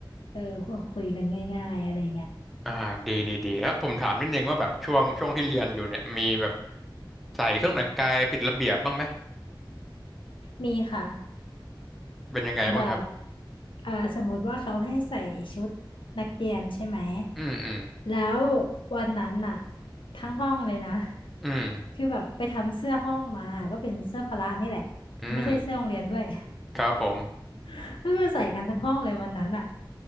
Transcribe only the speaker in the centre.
อ่าดีดีดีแล้วผมถามนิดนึงว่าแบบช่วงช่วงที่เรียนอยู่เนี่ยมีแบบใส่เครื่องแต่งกายผิดระเบียบบ้างไหม
เป็นยังไงบ้างครับ
อืมอืม
อืม
อืม
ครับผม